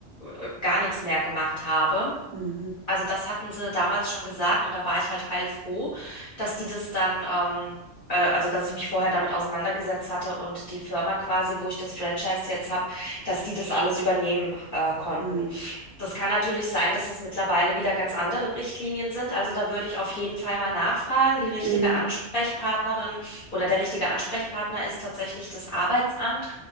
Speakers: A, on the left (about 50°); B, on the right (about 70°).
A: äh, gar nichts mehr gemacht habe.
B: mhm,
A: Also das hatten sie damals schon gesagt und da war ich halt heilfroh, dass die das dann, ähm, äh, also dass ich mich vorher damit auseinandergesetzt hatte und die Firma quasi, wo ich das Franchise jetzt habe, dass die das alles übernehmen, äh, konnten.
B: hm,
A: Das kann natürlich sein, dass es mittlerweile wieder ganz andere Richtlinien sind. Also da würde ich auf jeden Fall mal nachfragen. Die richtige
B: hm,
A: Ansprechpartnerin oder der richtige Ansprechpartner ist tatsächlich das Arbeitsamt.